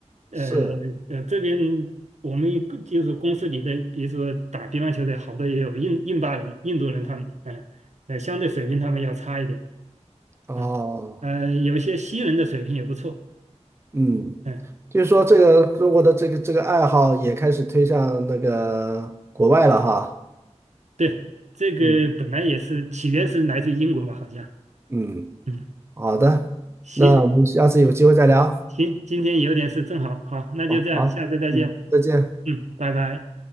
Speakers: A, on the right (about 70°); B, on the right (about 20°).
A: 呃呃，
B: 是，
A: 这边我们一个就是公司里的，比如说打乒乓球的，好多也有印印巴人、印度人他们，嗯、呃，相对水平他们要差一点。
B: 哦，
A: 嗯，呃，有些西人的水平也不错。
B: 嗯，
A: 嗯，
B: 就是说这个中国的这个这个爱好也开始推向那个国外了哈，
A: 对，这个本来也是起源是来自英国吧，
B: 嗯
A: 好像。
B: 嗯。
A: 嗯，
B: 好的，
A: 行
B: 那我们下次有机会再聊。
A: 行，今天有点事，正好，好，那就这样，
B: 好，好，
A: 下次再见。
B: 嗯，再见。
A: 嗯，拜拜。